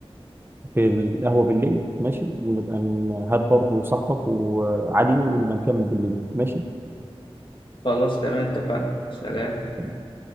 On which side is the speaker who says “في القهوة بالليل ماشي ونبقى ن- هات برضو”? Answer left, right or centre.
Right